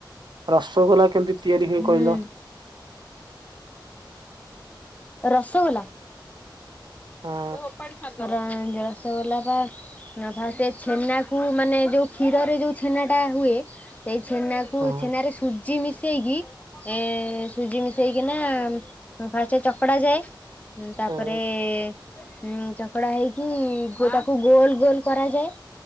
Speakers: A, on the right; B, on the left.
A: ରସଗୋଲା କେମିତି ତିଆରି ହୁଏ
B: ହୁଁ
A: କହିଲ?
B: ରସଗୋଲା?
A: ହଁ
B: ର ରସଗୋଲା ପା ଉ ଫାଷ୍ଟ ଛେନାକୁୁ ମାନେ ଯୋଉ କ୍ଷୀରରେ ଯୋଉ ଛେନା ଟା ହୁଏ ସେଇ ଛେନାକୁ
A: ହଁ
B: ଛେନାରେ ସୁଜି ମିଶ ମିଶେଇକି ଏ ସୁଜି ମିଶେଇକିନା ଏ ଫାଷ୍ଟ ଚକଡା ଯାଏ। ହୁଁ ତାପରେ
A: ହଁ
B: ହୁଁ ଚକଡା ହେଇକି ଅ ତାକୁ ଗୋଲ ଗୋଲ କରାଯାଏ।